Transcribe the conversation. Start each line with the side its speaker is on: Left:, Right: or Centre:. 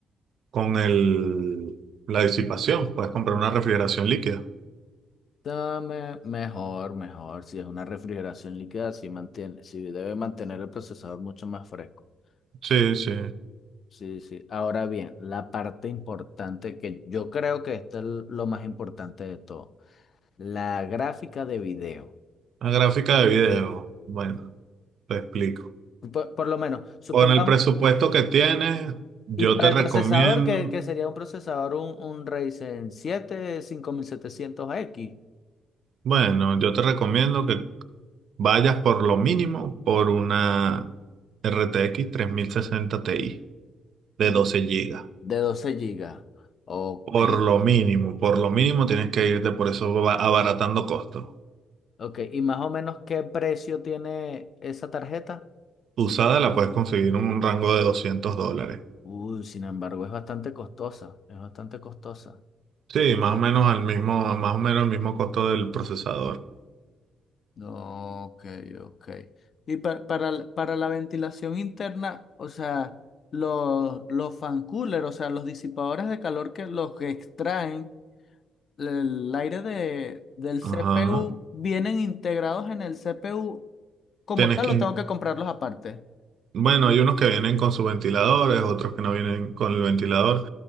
Right: con el, la disipación. Puedes comprar una refrigeración líquida.
Left: Dame mejor, mejor. Si es una refrigeración líquida, sí mantiene, sí debe mantener el procesador mucho más fresco.
Right: Sí,
Left: Sí,
Right: sí.
Left: sí. sí. Ahora bien, la parte importante que yo creo que esto es lo más importante de todo. La gráfica de video.
Right: Una gráfica de video. Bueno, te explico.
Left: Por, por lo menos, supongamos,
Right: Con el presupuesto que tienes, yo
Left: y para
Right: te
Left: el
Right: recomiendo.
Left: procesador, que, que sería un procesador, un, un Ryzen siete cinco mil setecientos x
Right: Bueno, yo te recomiendo que vayas por lo mínimo por una RTX sesenta Ti de
Left: de,
Right: doce gigas
Left: de 12 GB. Ok,
Right: Por lo mínimo, por lo mínimo tienes que irte por eso va- abaratando costos.
Left: ok. ¿Y más o menos qué precio tiene esa tarjeta?
Right: Usada la puedes conseguir en un rango de 200 dólares.
Left: Uy, sin embargo, es bastante costosa, es bastante costosa.
Right: Sí, más o menos al mismo, más o menos el mismo costo del procesador.
Left: No, Ok, ok. Y pa- para, la- para la ventilación interna, o sea, los, los fan cooler, o sea, los disipadores de calor que los que extraen el aire de, del
Right: Ajá.
Left: CPU, ¿vienen integrados en el CPU como
Right: Tienes
Left: tal
Right: que,
Left: o tengo que comprarlos aparte?
Right: bueno, hay unos que vienen con sus ventiladores, otros que no vienen con el ventilador.